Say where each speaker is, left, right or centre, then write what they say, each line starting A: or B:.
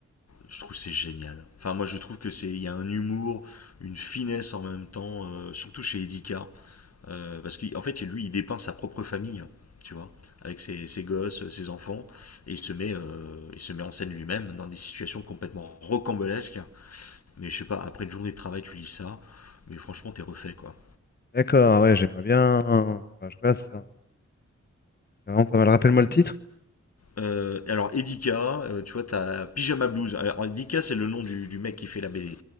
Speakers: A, on the left; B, on the left.
A: Je trouve que c'est génial. Enfin, moi, je trouve que c'est, il y a un humour, une finesse en même temps, euh, surtout chez Edika. Euh, parce qu'en fait, lui, il dépeint sa propre famille, hein, tu vois, avec ses, ses gosses, ses enfants, et il se met, euh, il se met en scène lui-même dans des situations complètement rocambolesques. Mais je sais pas, après une journée de travail, tu lis ça, mais franchement, t'es refait, quoi.
B: D'accord, ah ouais, j'aimerais bien. Enfin, je regarde ça. C'est vraiment pas mal. Rappelle-moi le titre.
A: Euh, alors Edika, euh, tu vois, t'as Pyjama Blues. Alors Edika, c'est le nom du, du mec qui fait la BD.